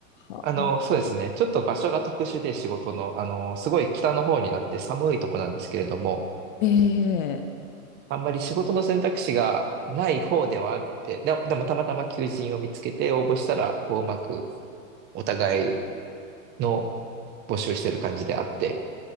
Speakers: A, on the left (about 40°); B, on the right (about 25°).
A: は、
B: あの、
A: あ
B: そうですね。ちょっと場所が特殊で仕事の、あの、すごい北の方になって寒いとこなんですけれども、
A: ええ
B: あんまり仕事の選択肢がない方ではあって、で、でもたまたま求人を見つけて応募したら、こううまくお互いの募集してる感じであって、